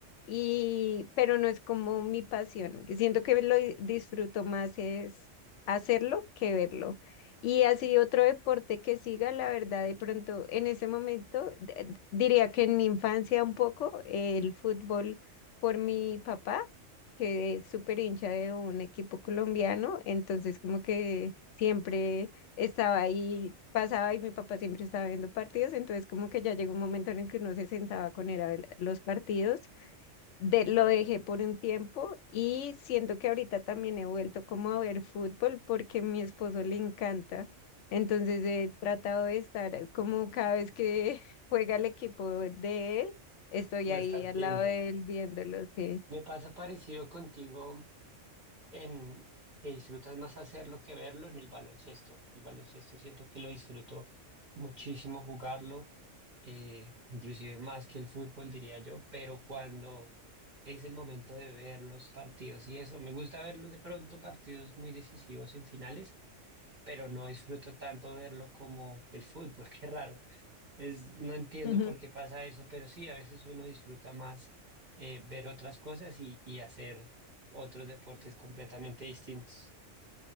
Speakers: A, on the left; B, on the right.
A: y, pero no es como mi pasión. que Siento que lo di- disfruto más es hacerlo que verlo. Y así otro deporte que siga, la verdad, de pronto en ese momento, d- d- diría que en mi infancia un poco, el fútbol por mi papá, que es súper hincha de un equipo colombiano, entonces como que siempre estaba ahí, pasaba y mi papá siempre estaba viendo partidos, entonces como que ya llegó un momento en el que uno se sentaba con él a ver los partidos de, lo dejé por un tiempo y siento que ahorita también he vuelto como a ver fútbol porque a mi esposo le encanta. Entonces he tratado de estar como cada vez que <laughs> juega el equipo de él, estoy
B: lo
A: ahí
B: estás
A: al
B: viendo.
A: lado de él viéndolo, sí.
B: Me pasa parecido contigo en que disfrutas más hacerlo que verlo en el baloncesto. El baloncesto siento que lo disfruto muchísimo jugarlo eh, inclusive más que el fútbol, diría yo, pero cuando es el momento de ver los partidos y eso, me gusta verlos de pronto partidos muy decisivos en finales, pero no disfruto tanto verlo como el fútbol, <laughs> qué raro. Es, no entiendo
A: Ujú.
B: por qué pasa eso, pero sí, a veces uno disfruta más eh, ver otras cosas y, y hacer otros deportes completamente distintos.